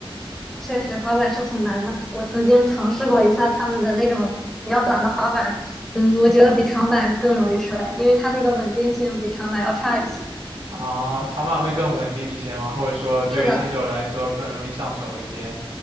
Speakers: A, in the centre; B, on the right.
A: 确实滑板是挺难的。我曾经尝试过一下他们的那种比较短的滑板，嗯，我觉得比长板更容易摔，因为它那个稳定性比长板要差一些。
B: 啊。长板会更稳定一些吗？或者说对于新手来说更容易上手一些
A: 是的，